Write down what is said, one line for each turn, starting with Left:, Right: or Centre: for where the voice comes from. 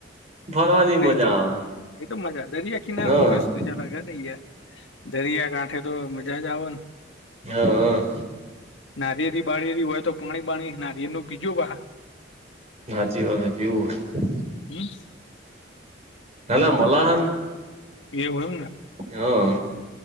Right: ફરવાની મજા
Left: એ તો એ તો મજા દરિયા કિનારો
Right: આવે
Left: તો વસ્તુ
Right: હા
Left: જ અલગ હ ને યાર. દરિયા કાંઠે તો મજા જ આવ ને.
Right: હા. હ
Left: નારિયેર બાળયે હોય તો પાણી બાણી નારિે નું પીજું બ
Right: સાચી વા કેવું હોય.
Left: હમ
Right: હલા મલાહન
Left: એ હોયમને.
Right: હા,